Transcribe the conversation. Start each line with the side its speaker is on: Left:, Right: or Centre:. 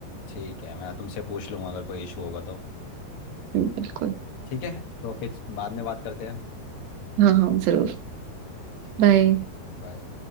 Left: ठीक है मैं तुमसे पूछ लूँगा अगर कोई इशू होगा तो
Right: बिल्कुल
Left: ठीक है तो फिर बाद में बात करते हैं
Right: हाँ हाँ जरूर
Left: ठीक
Right: बाय
Left: है बाय